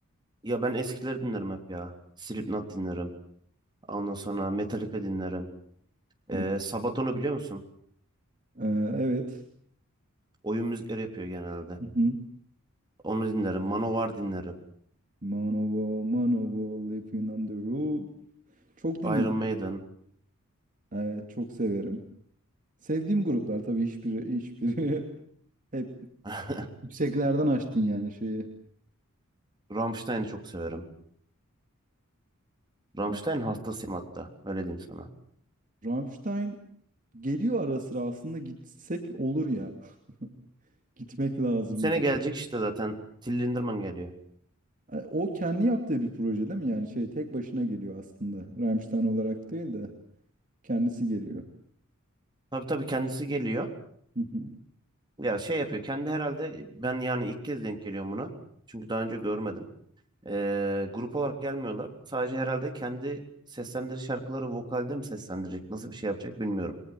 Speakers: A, on the right; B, on the right.
A: Ya ben eskileri dinlerim hep ya. Slipknot dinlerim. Ondan sonra Metallica dinlerim. E,
B: O-
A: Sabaton'u biliyor musun?
B: Ee, evet.
A: Oyun müzikleri yapıyor genelde.
B: Hı hı.
A: Onu dinlerim. Manowar dinlerim.
B: Manowar, Manowar, Living on the Roof. Çok dinledim.
A: Iron Maiden.
B: Evet, çok severim. Sevdiğim gruplar tabii hiçbiri hiçbiri <laughs> hep
A: <laughs>
B: Yükseklerden açtın yani şeyi.
A: Rammstein'i çok severim. Rammstein
B: Ha,
A: hastasıyım hatta. Öyle diyeyim sana.
B: Rammstein geliyor ara sıra aslında gitsek olur ya. <laughs> Gitmek lazım
A: Bu sene
B: ya.
A: gelecek işte zaten. Till Lindemann geliyor.
B: Yani O kendi yaptığı bir proje değil mi? Yani şey tek başına geliyor aslında. Rammstein olarak değil de kendisi geliyor.
A: Tabii tabii kendisi geliyor.
B: Hı hı.
A: Ya şey yapıyor. Kendi herhalde ben yani ilk kez denk geliyorum buna. Çünkü daha önce görmedim. Ee, grup olarak gelmiyorlar. Sadece herhalde kendi seslendirici şarkıları vokalde mi seslendirecek? Nasıl bir şey yapacak bilmiyorum.